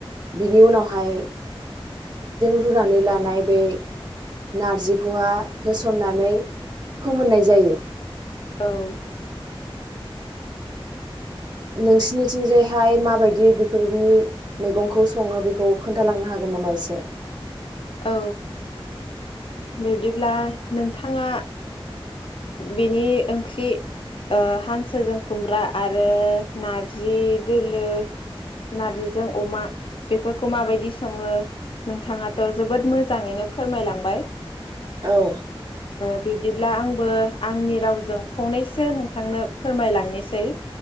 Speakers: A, on the right; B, on the left.
A: बिनि उनावहाय रुनानै लानाय बे नारजि खौहा गो थुसननानै फोमोननाय जायो।
B: औ
A: नोंसिनिथिंजायहाय माबायदि बेफोरनि मैगंखौ सङो बेखौ खोन्थालांनो हागोन नामा एसे?
B: औ बिब्दिब्ला नोंथाङा बेनि ओंख्रि हांसोजों खुमब्रा आरो नारजि दोलो नारजिजों अमा बेफोरखौ माबायदि सङो नोंथाङा थ' जोबोद मोजाङैनो फोरमायलांबाय।
A: औ
B: बिब्दिब्ला आंबो आंनि रावजों फंनैसो नोंथांनो फोरमायलांनोसै।